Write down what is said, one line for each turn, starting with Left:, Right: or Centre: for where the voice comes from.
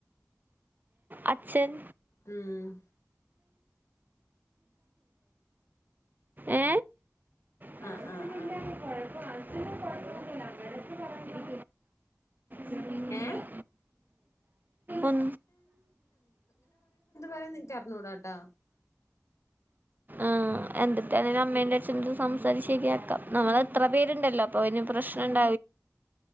Right: അച്ഛൻ
Left: ഉം
Right: ഏ പഴസില്ലഴസ
Left: ആഹ് ആഹ് ആഹ്
Right: വഴപ്പ പറ രീണ്ട
Left: ഏഹ്
Right: ഉൺ
Left: നിനക്ക്റഞ്ഞ കൂടാട്ടാ
Right: ആഹ എന്നിട്ടും അമ്മേന്റെ അച്ഛന സംസാരിച്ചേക്ക ആക്കാം നമ്മൾ എത്ര പേരുണ്ടല്ലോ അപ്പൊ അതിന് പ്രശ്നം ണ്ട